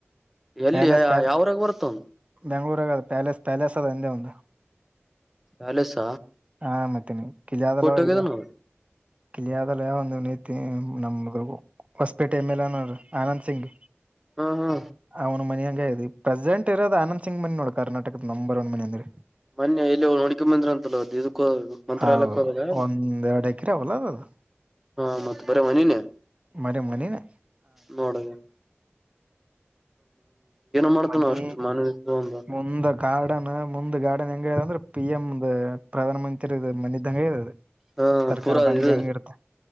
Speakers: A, in the centre; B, on the right.
A: ಎಲ್ಲಿ
B: ಪ್ಯಾಲೇಸ್ ಪ್ಯಾಲ
A: ಯಾವರಾಗ ಬರ್ತವನು
B: ಬೇಂಗಳುರಗ ಅ ಪ್ಯಾಲೇಸ್ ಪ್ಯಾಲೇಸ್ ಅದ ಒಂದ
A: ತಲಸ
B: ಹಾ ಮತ್ತ ನೀ ಕಿಲಿಯಾದಲ
A: ಹೋಗಿದಾನ
B: ಇದ ಕಿಲಿಯಾದಲ ಒಂದು ಮನಿ ಐತಿ. ನಮದ ಹೊಸಪೇಟೆ ಎಮ್ ಎಲ್ನೋ ಆನಂದ್ ಸಿಂಗ್
A: ಹಾ ಹಾ
B: ಅವನ ಮನೀ ಹಂಗ ಪಜೇಂಟ ಇರೋದ ಆನಂದ್ ಸಿಂಗ್ ಮನಿ ನೋಡ್ ಕರ್ನಾಟಕದ ನಂಬರ್ ಒನ್ ಮಿ ಅಂದ್ರ
A: ಮನ್ನಿ ಎಲ್ಲೋ ನೋಡಕೊಂಡ ಬಂದ್ರ ಅಂತಲ ಇದು ಕ ಮಂತ್ರಾಲಯಕ
B: ಹೌದು
A: ಹೋದಾಗ
B: ಒಂದ್ ಎರಡ್ ಎಕರೆ ಹೊಲ ಅದ ಅದು
A: ಹಾ ಮತ್ತ ಬರೇ ಮನಿನೇ
B: ಮನೆ ಮನಿನೇ
A: ನೋಡನ. ಮಾಡ್ತಾನ
B: ಮನ್ನಿ
A: ಅಷ್ಟು ಮನ ಒಂದು
B: ಮುಂದ ಗಾರ್ಡನ್ ಮುಂದ ಗಾರ್ಡನ್. ಹೆಂಗ ಅಂದ್ರೆ P M the Pradhan Mantri ಮನಿದ್ದಂಗ ಇದ
A: ಹಾ
B: ಸರ್ಕಾರ
A: ಪೂರಾ
B: ಬಂಗ್ಲೆ
A: ಇದ
B: ಹಂಗ ಇರುತ್ತೆ